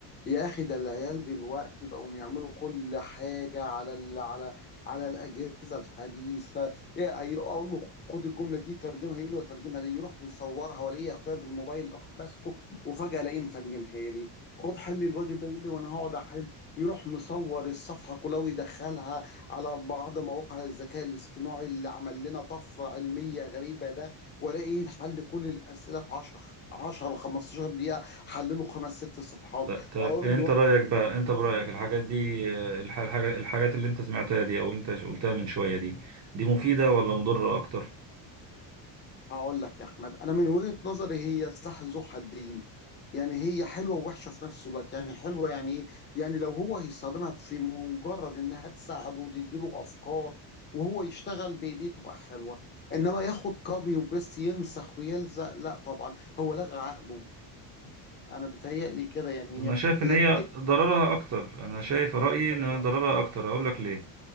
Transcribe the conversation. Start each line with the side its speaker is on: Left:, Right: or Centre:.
Left: يا اخي ده العيال دلوقتي بقوا يعملوا كل حاجه على ال على على الاجهزه الحديثه يا- أي- اقول له خد الجمله دي ترجمها يقول لي وترجمها ليه يروح مصورها والاقي اخويا بالموبايل راح ماسكه وفجاه الاقيه مترجمها لي خد حل الواجب ده يقول لي وانا هقعد احل يروح مصور الصفحه كلها ويدخلها على بعض مواقع الذكاء الاصطناعي اللي عمل لنا طفرة علمية غريبة ده والاقي حل كل الأسئلة في 10 10 15 دقيقة حلله خمس ست صفحات
Right: ط- طب
Left: اقول
Right: انت
Left: له
Right: رايك بقى انت برايك الحاجات دي آه، الح- الحاجه الحاجات اللي انت سمعتها دي او اللي انت قلتها من شويه دي دي مفيده ولا مضره اكتر
Left: هقول لك يا احمد انا من وجهة نظري هي سلاح ذو حدين يعني هي حلوة ووحشة في نفس الوقت يعني حلوة يعني ايه يعني لو هو هيستخدمها في مجرد انها تساعده وتديله افكار وهو يشتغل بايديه تبقى حلوة انما ياخد كوبي وبيست ينسخ ويلزق لا طبعا هو لغى عقله انا بتهيألي كده يعني
Right: انا
Left: هي
Right: شايف
Left: هي
Right: ان هي
Left: بتقتل
Right: ضررها اكتر انا شايف رايي
Left: ده
Right: ان
Left: أنا بق-
Right: ضررها اكتر هقول لك ليه